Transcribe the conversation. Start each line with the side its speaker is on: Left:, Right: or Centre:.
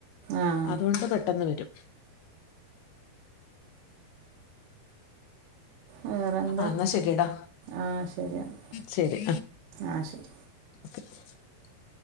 Right: ആഹ്
Left: അതുകൊണ്ട്പെട്ടെന്ന് വരും <inaudible>
Right: വേറെന്താ
Left: എന്നാ ശരി ഡാ
Right: ആഹ് ശരിയെന്നാ
Left: ശരി
Right: ആഹ് ശരി
Left: <inaudible>